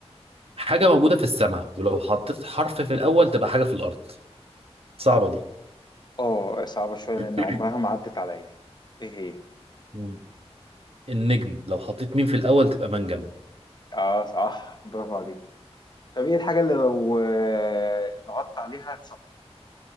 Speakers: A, on the right; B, on the left.
A: حاجة موجودة في السماء ولو حطيت حرف في الأول تبقى حاجة في الأرض صعبة دي
B: اه صعبة شوية
A: <clears throat>
B: لأن عمرها ما عدت عليا ايه هي؟
A: مم. النجم لو حطيت مين في الأول تبقى منجم
B: اه صح برافو عليك طب ايه الحاجة اللي لو آه، ضغطت عليها